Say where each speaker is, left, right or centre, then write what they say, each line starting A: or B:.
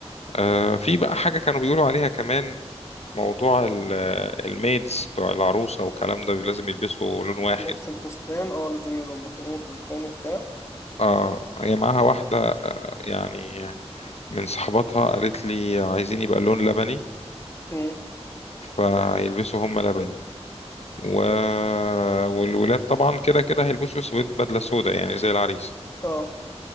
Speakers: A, on the left (about 70°); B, on the left (about 25°).
A: آه، في بقى حاجة كانوا بيقولوا عليها كمان موضوع ال- آه، الميدز بتوع العروسة والكلام ده لازم يلبسوا لون واحد
B: نفس الفستان اه لازم يظبطوا لون الفستان وبتاع
A: اه هي معاها واحدة يعني من صحباتها قالت لي عايزين يبقى اللون لبني
B: مم.
A: فيلبسوا هم لبني و... والولاد طبعا كده كده هيلبسوا اسود بدله سودا يعني زي العريس
B: اه